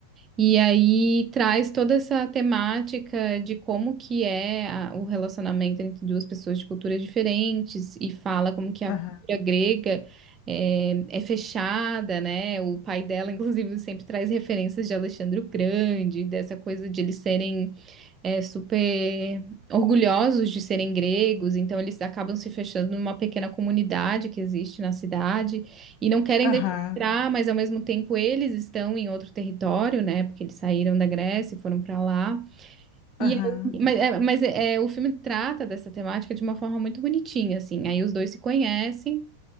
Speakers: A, on the right; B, on the left.
A: E aí traz toda essa temática de como que é a- o relacionamento entre duas pessoas de culturas diferentes e fala como que a
B: aham,
A: cultura grega é, é fechada, né? O pai dela, <laughs> inclusive, sempre traz referências de Alexandre o Grande, dessa coisa de eles serem é, super orgulhosos de serem gregos, então eles acabam se fechando numa pequena comunidade que existe na cidade e não querem
B: aham,
A: deixar entrar, mas ao mesmo tempo eles estão em outro território, né? Porque eles saíram da Grécia e foram para lá. E
B: aham,
A: aí- mas é, mas é- é, o filme trata dessa temática de uma forma muito bonitinha, assim. Aí os dois se conhecem.